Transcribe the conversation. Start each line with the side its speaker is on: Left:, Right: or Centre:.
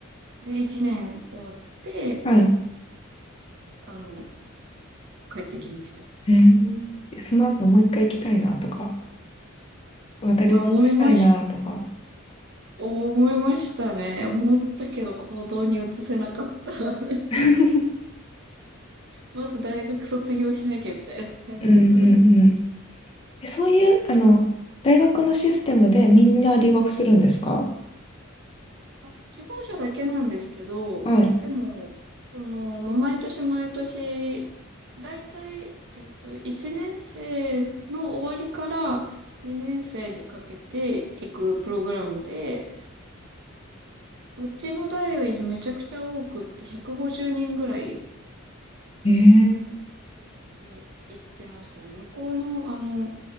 Right: ーで、1年終わって、
Left: はい。
Right: あの、帰ってきました。
Left: へえでその後もう一回行きたいなとか、また留学したいなとか。
Right: いや、思いました。思いましたね。思ったけど行動に移せなかった。<laughs>
Left: <laughs> う
Right: まず大学卒業しなきゃみたいな感じだったんで。
Left: んうんうん。<laughs> え、そういう、あの、大学のシステムでみんな留学するんですか
Right: あ、希望者だけなんですけど、
Left: は
Right: でも、その、まあ、毎年毎年、だいたい、えっと、1年生の終わりから2年生にかけていくプログラムで、うちの代よりめちゃくちゃ多くって150人ぐらい
Left: い。へえ
Right: 同時に行ってましたね。向こうの、あの